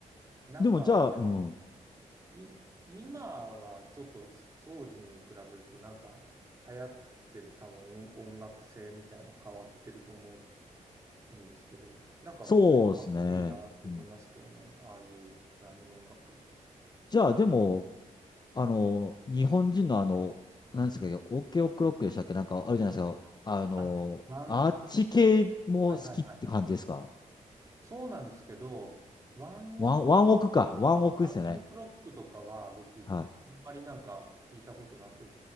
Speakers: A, on the right; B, on the left.
A: なんか、
B: でもじゃあ、
A: で
B: うん。
A: い、今はちょっと当時に比べるとなんか流行ってる多分音楽性みたいなの変わってると思うんですけど、なんか普通にかっこいいなと思いますけどね、
B: そうですね。うん
A: ああいうジャンルの音楽。
B: じゃあ、でも、あの、日本人のあの、何ですか、オケオクロックでしたっけなんかあるじゃないですか。あの、
A: あ、ワン、
B: あっち系も好きって感じですか
A: はいはいはいはい。そうなんですけど、ワンオク、
B: ワン、ワンオクか。ワンオクですよね。
A: ワンオクロックとかは僕あんまりなんか聞いたことなくっ
B: はい。